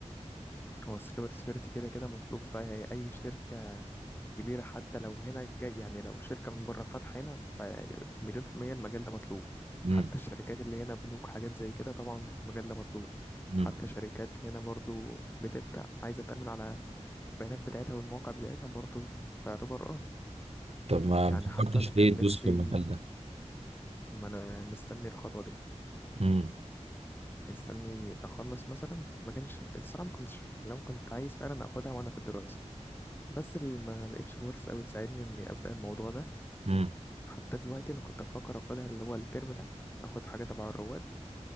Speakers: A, on the left (about 15°); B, on the right (about 60°).
A: هو السايبر سيكيورتي كده كده مطلوب في أي شركة كبيرة حتى لو هنا جاي يعني لو شركة من بره فاتحة هنا فمليون في المية المجال ده مطلوب
B: امم
A: حتى الشركات اللي هنا بنوك حاجات زي كده طبعا المجال ده مطلوب
B: امم
A: حتى شركات هنا برضو بتبدأ عايزة تأمن على البيانات بتاعتها والمواقع بتاعتها برضو فيعتبر اه
B: طب ما
A: يعني
B: ما
A: حتى
B: فكرتش
A: أنا كان
B: ليه تدوس
A: نفسي
B: في المجال ده
A: ما أنا مستني الخطوة دي
B: امم
A: هيستني أخلص مثلا ما كانش الصراحة ما كنتش لو كنت عايز فعلا أخدها وأنا في الدراسة بس اللي ما لقيتش فرص قوي تساعدني اني ابدا الموضوع ده
B: امم
A: حتى دلوقتي انا كنت بفكر اخدها اللي هو الترم ده اخد حاجه تبع الرواد